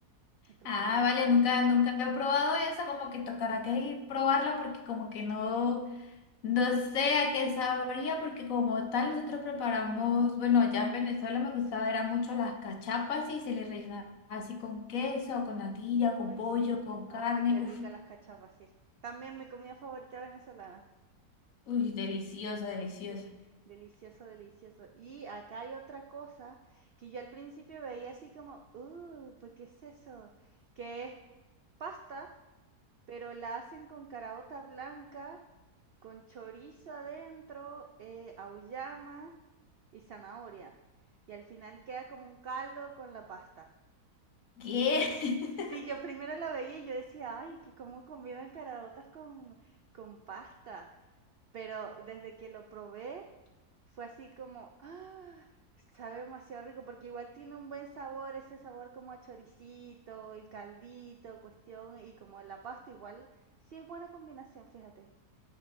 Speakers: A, on the right; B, on the left.
A: espectacular.
B: Ah, vale, nunca, nunca he probado eso, como que tocará que probarla porque como que no. No sé a qué sabría porque como tal nosotros preparamos, bueno, allá en Venezuela me gustaba era mucho las cachapas y se les rellenaba así con queso, con natilla,
A: Uy,
B: con
A: sí.
B: pollo, con
A: Ay,
B: carne.
A: qué
B: Uf,
A: rica las cachapas, sí. También mi comida favorita venezolana.
B: uy, deliciosa, deliciosa.
A: Oh, sí, delicioso, delicioso. Y acá hay otra cosa que yo al principio veía así como, uh, ¿por qué es eso? Que es pasta, pero la hacen con caraota blanca, con chorizo adentro, eh, auyama y zanahoria. Y al final queda como un caldo con la pasta.
B: ¿Qué?
A: Yo,
B: <laughs>
A: sí, yo primero la veía y yo decía, ay, que cómo combinan caraotas con, con pasta. Pero desde que lo probé, fue así como, ah, sabe demasiado rico, porque igual tiene un buen sabor, ese sabor como a choricito, el caldito, cuestión, y como la pasta, igual sí es buena combinación, fíjate.